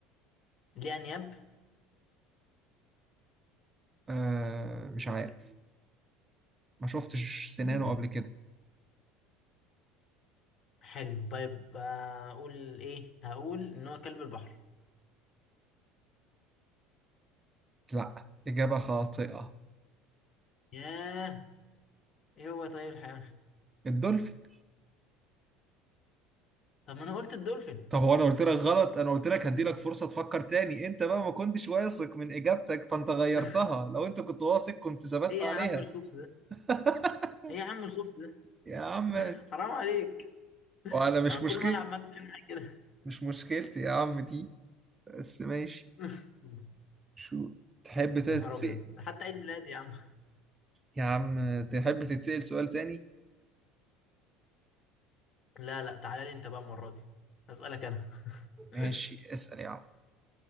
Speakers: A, on the left (about 45°); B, on the right (about 25°).
A: ليه انياب
B: آه مش عارف ما شفتش سنانه
A: مم.
B: قبل كده
A: حلو طيب آه، اقول ايه هقول ان هو كلب البحر
B: لا اجابه خاطئه
A: ياه ايه هو طيب الحيوان
B: الدولفين
A: طب ما انا قلت الدولفين
B: طب هو انا قلت لك غلط انا قلت لك هدي لك فرصه تفكر تاني انت بقى ما كنتش واثق من اجابتك فانت غيرتها
A: <laughs>
B: لو انت كنت واثق كنت ثبت
A: ايه
B: عليها
A: يا عم الخبز ده
B: <laughs>
A: ايه يا عم الخبز ده
B: يا عم
A: حرام عليك
B: وانا مش
A: انا كل
B: مشكلة
A: ما العب معاك بتعمل معايا كده
B: مش مشكلتي يا عم دي بس ماشي
A: <laughs>
B: شو تحب تتسأل
A: يا نهار ابيض حتى عيد ميلادي يا عم
B: يا عم تحب تتسأل سؤال تاني
A: لا لا تعالى لي انت بقى المره دي اسالك انا <laughs>
B: ماشي اسأل يا عم